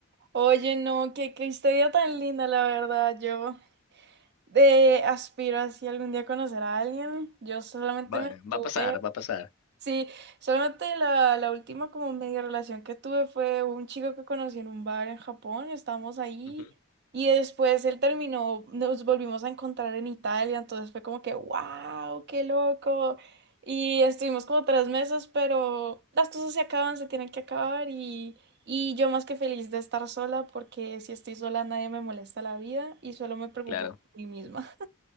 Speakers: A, on the right (about 50°); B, on the left (about 80°).
A: Oye, no, qué, qué historia tan linda, la verdad. Yo de aspiro así algún día a conocer a alguien. Yo solamente
B: Va,
A: me estuve
B: va a pasar, va a pasar.
A: Sí, solamente la, la última como media relación que tuve fue un chico que conocí en un bar en Japón, estábamos ahí
B: Ujú.
A: y después él terminó, nos volvimos a encontrar en Italia, entonces fue como que, wow, qué loco. Y estuvimos como tres meses, pero las cosas se acaban, se tienen que acabar y, y yo más que feliz de estar sola porque si estoy sola nadie me molesta la vida y solo me preocupo
B: Claro,
A: por mí misma.